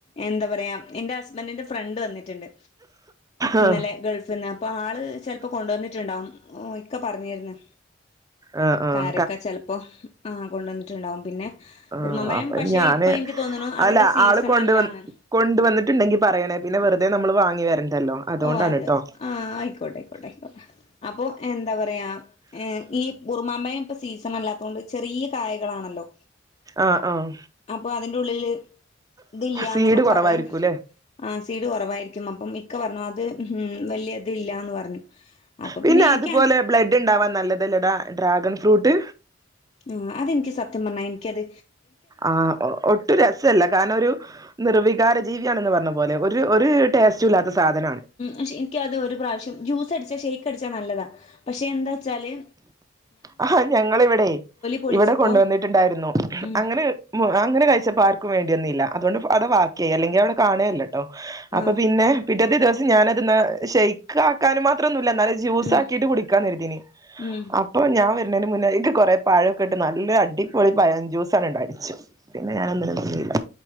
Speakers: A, on the left (about 35°); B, on the right (about 20°).
A: എന്താ പറയാ എന്റെ ഹസ്ബൻഡിന്റെ ഫ്രണ്ട് വന്നിട്ടുണ്ട്
B: ആഹ്
A: ഇന്നലെ ഗൾഫ് അപ്പൊ ആള് ചെലപ്പോ കൊണ്ടുവന്നിട്ടുണ്ടാവും ഇക്കെ പറഞ്ഞിരുന്ന്
B: ആഹ് ആഹ്
A: കാരക്ക ചെലപ്പോ ആ കൊണ്ടന്നിട്ടുണ്ടാവും പിന്നെ
B: ആ
A: ഉറുമമ്പഴം
B: അപ്പൊ
A: പക്ഷേ
B: ഞാന്
A: ഇപ്പൊ എനിക്ക് തോന്നുന്നു അതിന്റെ
B: അല്ല
A: സീസൺ
B: ആള് കൊണ്ട്
A: അല്ലാന്ന്
B: കൊണ്ടുവന്നിട്ടുണ്ടെങ്കി പറയണ പിന്നെ വെറുതെ നമ്മള് വാങ്ങി വരണ്ടല്ലോ അതുകൊണ്ടാണ്
A: ഓ അത്
B: ട്ടോ
A: ആ ആയിക്കോട്ടെ ആയിക്കോട്ടെ ആയിക്കോട്ടെ അപ്പൊ എന്താ പറയാ ഏ ഈ ഉറുമാമ്പയം ഇപ്പൊ സീസൺ അല്ലാത്തുകൊണ്ട് ചെറിയ കായകളാണല്ലോ?
B: ആഹ് ആഹ്
A: അപ്പൊ അതിന്റെ ഉള്ളില് ഇതില്ലന്നൊക്കെ
B: സീഡ് കുറവായിരിക്കൂല്ലേ
A: പറയുന്നുണ്ട് ആ സീഡ് കുറവായിരിക്കും അപ്പം ഇക്കെ പറഞ്ഞു അത് വലിയ ഇതില്ലാന്ന് പറഞ്ഞു അപ്പൊ
B: പിന്നെ
A: എനിക്കാ
B: അതുപോലെ ബ്ലെഡ്ണ്ടാവാൻ നല്ലതല്ലെടാ ഡ്രാഗൺ ഫ്രൂട്ട്
A: ആ അതെൻക്ക് സത്യം പറഞ്ഞാൽ എൻക്കത്
B: ആ ഒട്ടും രസല്ല കാരണം ഒരു നിർവികാര ജീവിയാണെന്ന് പറഞ്ഞ പോലെ ഒരു ഒരു ടേസ്റ്റും ല്ലാത്ത സാധനാണ്
A: ഉക്ഷെ എനിക്ക അത് ഒരു പ്രാവശ്യം ജ്യൂസ് അടിച്ചാ ഷെയ്ക്ക് അടിച്ചാ നല്ലതാ പക്ഷെ എന്താ ച്ചാല്
B: ആഹാ ഞങ്ങിവിടെ
A: പൊളിച്ചപ്പോ
B: ഇവിടെ കൊണ്ട് വന്നിട്ടുണ്ടായിരുന്നു
A: ഉം
B: അങ്ങനെ അങ്ങെ കഴിച്ചപ്പോ ആർക്കും വേണ്ടിവന്നില്ല അതൊണ്ട് അടെ വാക്കിയേ അല്ലെങ്കി അവടെ കാണേല്ല അപ്പൊ
A: ആഹ്
B: പിന്നെ പിറ്റത്തെ ദിവസം ഞാനത് ശയ്ക്ക് ആക്കാനും മാത്രം ന്നുല്ലന്നാലും ജ്യൂസ്
A: ഉം
B: ആക്കിട്ട് കുടിക്കാന്നരു തീനി
A: ഉം
B: പ്പൊ ഞാൻ വര്ന്നേന് മുന്നേ ഇക്ക് കൊറെ പഴൊക്കെട്ട് നല്ല അടിപൊളി പയം ജ്യൂസണ് ഇണ്ടാക്കിച്ചു പിന്നെ ഞാനൊന്നിനും നിന്നില്ല